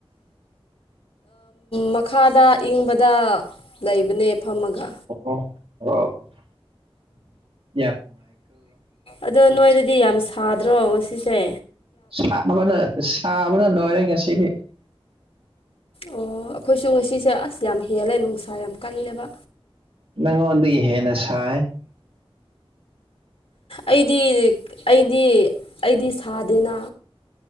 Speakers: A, on the left; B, on the right.
A: ꯃꯈꯥꯗ ꯏꯪꯕꯗ ꯂꯩꯕꯅꯦ ꯐꯝꯃꯒ
B: ꯑꯣ ꯑ
A: ꯑꯗꯣ ꯅꯣꯏꯗꯗꯤ ꯌꯥꯝ ꯁꯥꯗ꯭ꯔꯣ ꯉꯁꯤꯁꯦ
B: ꯁꯥꯕꯅ ꯁꯥꯕꯅ ꯂꯣꯏꯔꯦ ꯉꯁꯤꯗꯤ
A: ꯑꯣ ꯑꯩꯈꯣꯏꯁꯨ ꯉꯁꯤꯁꯦ ꯑꯁ ꯌꯥꯝ ꯍꯦꯜꯂꯦ ꯅꯨꯡꯁꯥ ꯌꯥꯝ ꯀꯜꯂꯦꯕ
B: ꯅꯉꫭꯟꯗꯒꯤ ꯍꯦꯟꯅ ꯁꯥꯏ
A: ꯑꯩꯗꯤ ꯑꯩꯗꯤ ꯑꯩꯗꯤ ꯁꯥꯗꯦꯅ